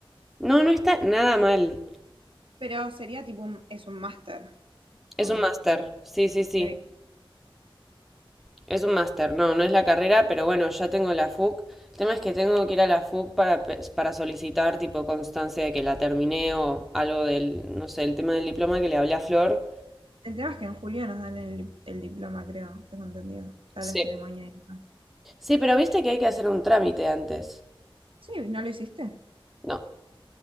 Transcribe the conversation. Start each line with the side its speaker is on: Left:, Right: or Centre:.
Centre: No, no está nada mal.
Right: pero sería tipo un, es un máster.
Centre: Es
Right: Oh,
Centre: un máster. Sí, sí, sí.
Right: ok.
Centre: Es un máster. No, no es la carrera, pero bueno, ya tengo la FUC. El tema es que tengo que ir a la FUC para, pe- para solicitar tipo constancia de que la terminé o algo del, no sé, el tema del diploma que le hablé a Flor.
Right: El tema es que en julio nos dan el, el diploma, creo, tengo entendido. Está
Centre: Sí.
Right: la ceremonia y eso.
Centre: Sí, pero viste que hay que hacer un trámite antes.
Right: Sí, no lo hiciste.
Centre: No.